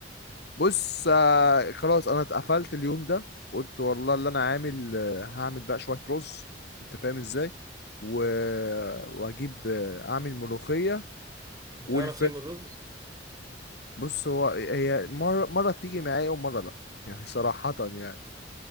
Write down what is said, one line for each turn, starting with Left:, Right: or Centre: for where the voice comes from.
Left: بص آه، خلاص انا اتقفلت اليوم ده قلت والله اللي انا عامل آه، هعمل بقى شوية رز انت فاهم ازاي و... واجيب آه، اعمل ملوخية
Right: بتعرف
Left: والفل
Right: تعمل رز
Left: بص هو هي مرة مرة بتيجي معايا ومرة لا يعني صراحة يعني